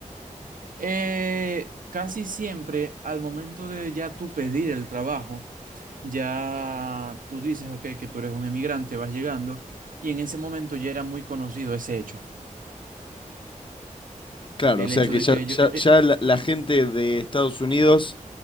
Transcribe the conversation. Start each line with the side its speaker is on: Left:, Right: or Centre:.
Right: Eh, casi siempre al momento de ya tú pedir el trabajo, ya tú dices, ok, que tú eres un emigrante, vas llegando, y en ese momento ya era muy conocido ese hecho.
Left: Claro,
Right: El
Left: o sea
Right: hecho
Left: que
Right: de
Left: ya,
Right: que ellos...
Left: ya,
Right: eh, eh,
Left: ya la, la gente de Estados Unidos